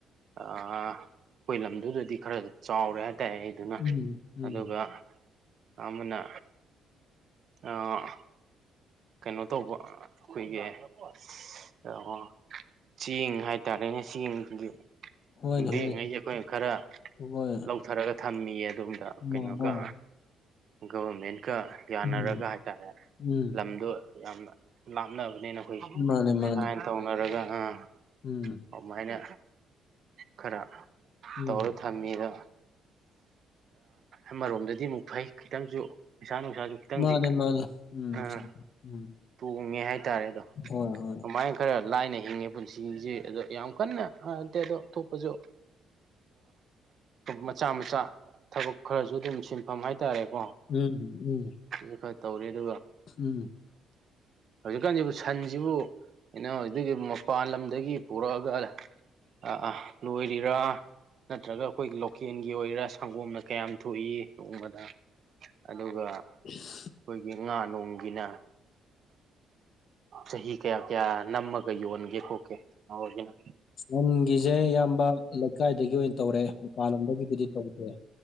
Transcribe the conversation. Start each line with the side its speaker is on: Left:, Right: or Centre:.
Right: ꯑꯩꯈꯣꯏ ꯂꯝꯗꯨꯗꯗꯤ ꯈꯔ ꯆꯥꯎꯔꯦ ꯍꯥꯏꯇꯥꯔꯦ ꯑꯩ ꯑꯗꯨꯅ
Left: ꯎꯝ ꯎꯝ
Right: ꯑꯗꯨꯒ ꯑꯃꯅꯥ ꯑꯥ ꯀꯩꯅꯣ ꯇꯧꯕ ꯑꯩꯈꯣꯏꯒꯤ ꯑꯁ ꯆꯦꯡ ꯍꯥꯏꯇꯥꯔꯦꯅꯦ ꯆꯦꯡꯒꯤ
Left: ꯍꯣꯏꯅꯦ
Right: <unintelligible>
Left: ꯍꯣꯏ
Right: ꯑꯈꫭꯏꯅꯥ ꯈꯥꯔꯥ
Left: ꯍꯣꯏ ꯑ
Right: ꯂꯧꯊꯔꯒ ꯊꯝꯃꯤꯌꯦ ꯑꯣꯝꯗ
Left: ꯑ
Right: ꯀꯩꯅꯣꯒ ꯒꫭꯚꯔꯃꯦꯟꯀ ꯌꯥꯅꯔꯒ
Left: ꯎꯝ
Right: ꯍꯥꯏꯇꯥꯔꯦ
Left: ꯎꯝ
Right: ꯂꯝꯗꯣ ꯌꯥꯝꯅ ꯂꯥꯞꯅꯕꯅꯤꯅ ꯑꯩꯈꯣꯏꯁꯦ
Left: ꯃꯥꯅꯦ
Right: ꯁꯨꯃꯥꯏꯅ
Left: ꯃꯥꯅꯦ
Right: ꯇꯧꯅꯔꯒ ꯑꯥ
Left: ꯎꯝ
Right: ꯑꯗꯨꯃꯥꯏꯅ ꯈꯔ
Left: ꯎꯝ
Right: ꯇꯧꯔ ꯊꯝꯃꯤꯗ ꯑꯃꯔꯣꯝꯗꯗꯤ ꯑꯃꯨꯛ ꯐꯩ ꯈꯤꯇꯪꯁꯨ ꯄꯩꯁꯥ ꯅꯨꯡꯁꯥꯁꯨ ꯈꯤꯇꯪꯗꯤ
Left: ꯃꯥꯅꯦ ꯃꯥꯅꯦ ꯎꯝ
Right: ꯑꯥ
Left: ꯎꯝ
Right: ꯇꯣꯡꯉꯦ ꯍꯥꯏꯇꯥꯔꯦ ꯑꯗꯣ
Left: ꯍꯣꯏ ꯍꯣꯏ
Right: ꯀꯃꯥꯏꯅ ꯈꯔ ꯂꯥꯏꯅ ꯍꯤꯡꯉꯦ ꯄꯨꯟꯁꯤꯒꯤꯁꯦ ꯑꯗꯣ ꯌꯥꯝ ꯀꯟꯅꯟꯇꯦ ꯑꯗꯣ ꯊꯣꯛꯣꯄꯁꯨ ꯃꯆꯥ ꯃꯆꯥ ꯊꯕꯛ ꯈꯔꯁꯨ ꯑꯗꯨꯝ ꯁꯤꯟꯐꯝ ꯍꯥꯏꯇꯥꯔꯦꯀꯣ
Left: ꯎꯝ ꯎꯝ
Right: ꯁꯤꯁꯨ ꯈꯔ ꯇꯧꯔꯤꯦ ꯑꯗꯨꯒ
Left: ꯎꯝ
Right: ꯍꯧꯖꯤꯛꯀꯥꯟꯁꯤꯕꯨ ꯁꯟꯁꯤꯕꯨ ꯀꯩꯅꯣ ꯍꯧꯖꯤꯗꯒꯤ ꯃꯄꯥꯟ ꯂꯝꯗꯒꯤ ꯄꯨꯔꯛꯑꯒ ꯑꯥ ꯑꯥ ꯂꯣꯏꯔꯤꯔꯥ ꯅꯠꯇ꯭ꯔꯒ ꯑꯩꯈꯣꯏꯒꯤ ꯂꯣꯀꯦꯜꯒꯤ ꯑꯣꯏꯔ ꯁꯪꯒꯣꯝꯅ ꯀꯌꯥꯝ ꯊꯣꯛꯏ ꯅꯣꯡꯃꯗ ꯑꯗꯨꯒ
Left: <unintelligible>
Right: ꯑꯩꯈꯣꯏꯒꯤ ꯉꯥ ꯅꯣꯡꯒꯤꯅ ꯆꯍꯤ ꯀꯌꯥ ꯀꯌꯥ ꯅꯝꯃꯒ ꯌꯣꯟꯒꯦ ꯈꯣꯀꯦ ꯉꯒꯤꯅ
Left: ꯁꯟꯒꯤꯁꯦ ꯏꯌꯥꯝꯕ ꯂꯩꯀꯥꯏꯗꯒꯤ ꯑꯣꯏꯅ ꯇꯧꯔꯦ ꯃꯄꯥꯟꯂꯣꯝꯗꯒꯤꯕꯨꯗꯤ ꯇꯧꯗ꯭ꯔꯦ